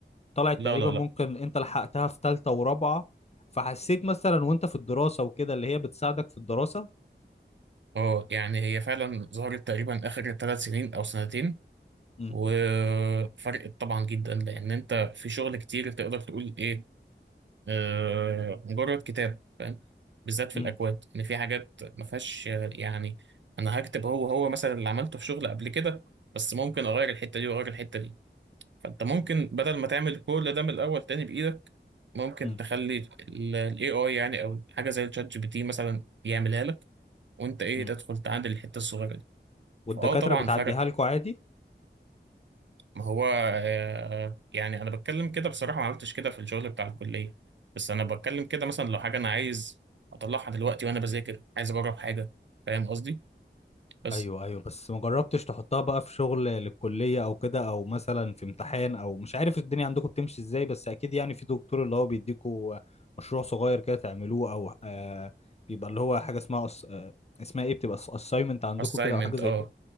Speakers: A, on the left; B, on the right.
A: طلعت
B: لا
A: تقريبا
B: لا
A: ممكن
B: لا
A: انت لحقتها في تالتة ورابعة فحسيت مثلا وانت في الدراسة وكده اللي هي بتساعدك في الدراسة
B: أه يعني هي فعلا ظهرت تقريبا آخر ثلاث سنين أو سنتين
A: امم
B: وفرقت طبعا جدا لأن أنت في شغل كتير تقدر تقول إيه آه مجرد كتاب فاهم بالذات في
A: امم
B: الأكواد إن في حاجات ما فيهاش آه، يعني أنا هكتب هو هو مثلا اللي عملته في شغل قبل كده بس ممكن أغير الحتة دي وأغير الحتة دي فانت ممكن بدل ما تعمل كل ده من الاول تاني بايدك ممكن
A: امم
B: تخلي الاي اي يعني او حاجه زي الشات جي بي تي مثلا يعملها لك وانت ايه
A: امم
B: تدخل تعدل الحته الصغيره دي
A: والدكاترة
B: فاه طبعا
A: بتعديها
B: فرق
A: لكم عادي
B: ما هو آه يعني انا بتكلم كده بصراحه ما عملتش كده في الشغل بتاع الكليه بس انا بتكلم كده مثلا لو حاجه انا عايز اطلعها دلوقتي
A: مم.
B: وانا بذاكر عايز اجرب حاجه فاهم قصدي بس
A: ايوه ايوه بس ما جربتش تحطها بقى في شغل للكليه او كده او مثلا في امتحان او مش عارف الدنيا عندكم بتمشي ازاي بس اكيد يعني في دكتور اللي هو بيديكوا مشروع صغير كده تعملوه او آه بيبقى اللي هو حاجه اسمها أص... آه اسمها ايه بتبقى اساينمنت عندكم
B: assignment
A: كده او حاجه زي
B: اه
A: كده